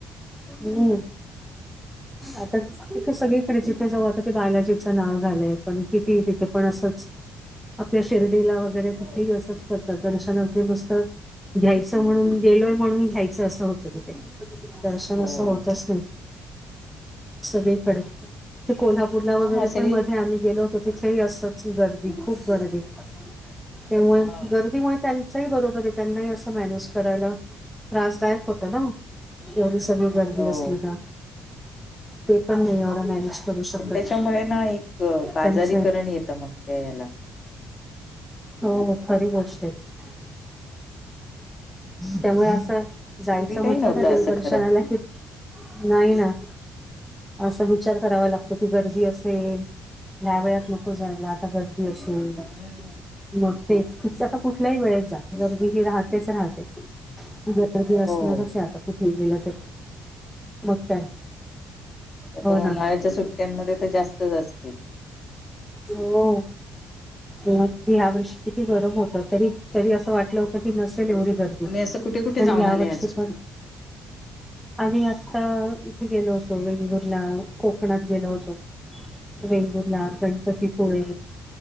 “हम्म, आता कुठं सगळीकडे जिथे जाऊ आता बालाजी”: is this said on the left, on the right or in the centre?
Centre